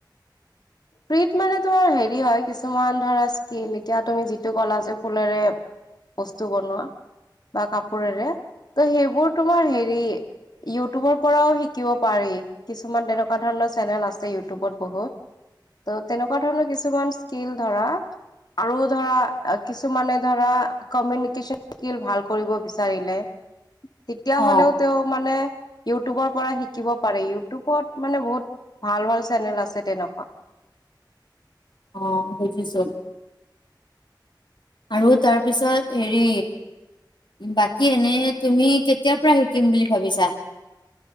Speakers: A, on the left; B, on the left.
A: ফ্ৰীত মানে তোৰ হেৰি হয় কিছুমান ধৰা স্কীম এতিয়া তুমি যিটো কলা যে ফুলেৰে বস্তু বনোৱা বা কাপোৰেৰে ত' সেইবোৰ তোমাৰ হেৰি ইউটুবৰ পৰাও শিকিব পাৰি কিছুমান তেনেকুৱা ধৰণৰ চেনেল আছে ইউটুবত বহুত ত' তেনেকুৱা ধৰণৰ কিছুমান স্কিল ধৰা আৰু ধৰা কিছুমানে ধৰা কমিউনিকেশ্যন স্কিল ভাল কৰিব বিচাৰিলে তেতিয়া
B: অ
A: হ'লেও তেওঁ মানে ইউটুবৰ পৰা শিকিব পাৰে ইউটুবত মানে বহুত ভাল ভাল চেনেল আছে তেনেকুৱা
B: অ বুজিছো আৰু তাৰপিছত হেৰি বাকী এনে তুমি কেতিয়াৰ পৰা শিকিম বুলি ভাবিছা